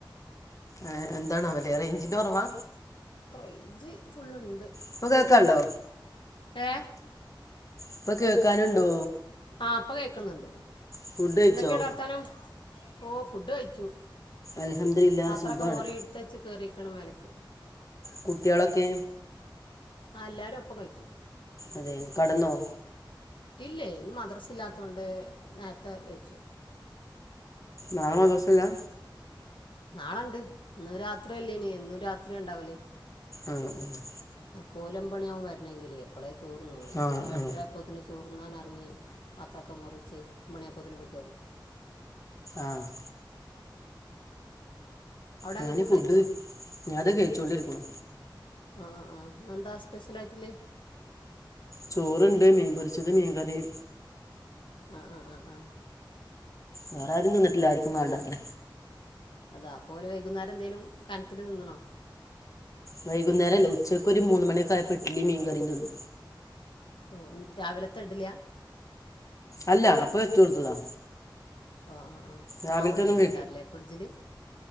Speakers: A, on the left (about 40°); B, on the left (about 75°).
A: ആഹ് എന്താണവല റേഞ്ചിന്റെ. കുറവാ
B: റേയ്ഞ്ച് ഫുള്ണ്ട്
A: ഇപ്പൊ കേക്കാണ്ടോ
B: ഏ
A: ഇപ്പ കേൾക്കാനുണ്ടോ
B: ആ പ്പ കേൾക്കുന്നുണ്ട്
A: ഫുഡ് കഴിച്ചോ
B: എന്തൊക്കെയണ്ട് വർത്താനം ഓ ഫുഡ് കഴിച്ചു
A: അൽഹംദുലില്ലാ
B: പാത്രൊക്കെ
A: സുഖാണ്
B: മോറിയിടുത്തച്ച് കേറിക്കണ് മലക്ക്
A: കുട്ടികളൊക്കെ
B: ആഹ് എല്ലാരും അപ്പം കയ്ച്ചു
A: അതെ കടന്നോ
B: ഇല്ലേ ഇന്ന് മദ്രസല്ലാത്തകൊണ്ട് നേരത്തെ വെച്ചു
A: നാളെ ബസ്സ്ല്ലാ
B: നാളെണ്ട് ഇന്ന് രാത്രി അല്ലേ ഇനി എന്നും രാത്രിണ്ടാവല്
A: ആഹ് ആഹ്
B: അപ്പോ ഓലോമ്പണിയാവും വരണെങ്കില് അപ്പളേ ചോറ്ണ്ണ്വൊള്ളൂ ഇന്നിപ്പാട്ടെരാ
A: ആ ആ
B: പ്പൊത്തിന് ചോറുന്നാൻ എറങ്ങി വത്തക്ക മുറിച്ച് ഒമ്പണിയാപ്പൊത്ത്ന് പോയ് കേറി
A: ആഹ്
B: അവിടെ
A: ഞാന്
B: അങ്ങ്
A: ഫുഡ്
B: കഴിച്ചോ
A: ഞാ ദേ കയ്ച്ചോണ്ടിരിക്കുണു
B: ആഹ് ആഹ് ആഹ് ഇന്നെന്താ സ്പെഷ്യലായ്റ്റ്ല്ലേ
A: ചോറ്ണ്ട് മീൻ പൊരിച്ചത് മീൻ കറിം
B: ആഹ് ആഹ് ആഹ് ആഹ്
A: വേറാരും തിന്നിട്ട്ല്ല ആരിക്കും വേണ്ടാത്രെ
B: അതാ അപ്പോല് വൈകുന്നേരെന്തേലും കനത്തില് തിന്ന്ണോ
A: വൈകുന്നേരല്ല ഉച്ചക്ക് ഒര് മൂന്ന് മണിയക്കായപ്പം ഇട്ട്ലിം മീൻകറിം തിന്നു
B: ഓഹ് ഇൻരാവിലത്തെ ഇടല്യാ
A: അല്ല അപ്പ വെച്ച് കൊടുത്തതാ
B: ആഹ് ആഹ് ആഹ്
A: രാവിലത്തെ
B: മാവുണ്ടയ്നെക്കാറ്ല്ലേ
A: ഒന്നും
B: ഫ്രിഡ്ജില്